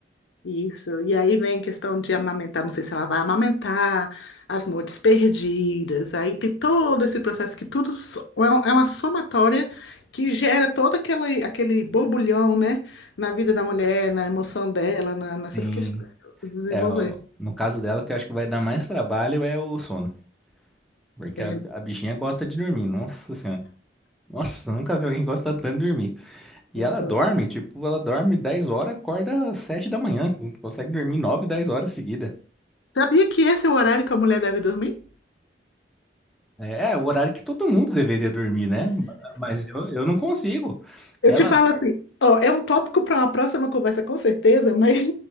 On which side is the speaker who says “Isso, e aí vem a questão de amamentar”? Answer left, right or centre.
Left